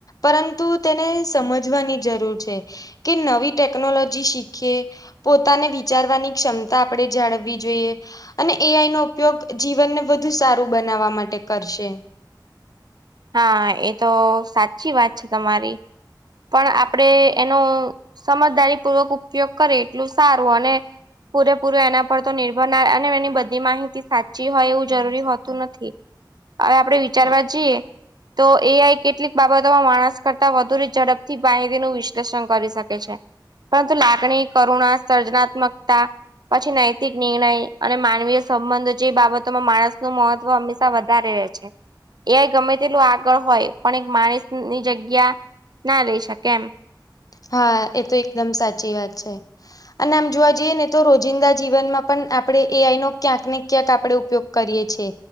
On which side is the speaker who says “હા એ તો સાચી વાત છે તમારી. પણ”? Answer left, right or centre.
Right